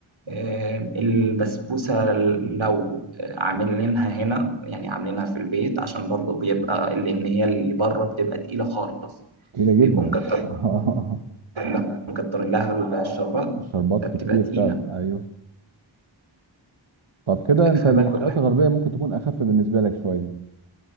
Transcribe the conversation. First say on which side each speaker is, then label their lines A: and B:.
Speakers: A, on the right; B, on the right.
A: آه، البسبوسة لو عاملينها هنا يعني عاملينها في البيت عشان برضو بيبقى لأن هي اللي بره بتبقى تقيلة خالص
B: كتيره جدا
A: بيبقوا مكترين
B: <laughs> آه.
A: لها مكترين لها الشربات
B: الشربات
A: فبتبقى
B: كتير
A: تقيلة
B: فعلا ايوه طب كده انت
A: فباكل
B: الحلويات
A: أحب
B: الغربيه ممكن تكون اخف بالنسبه لك شويه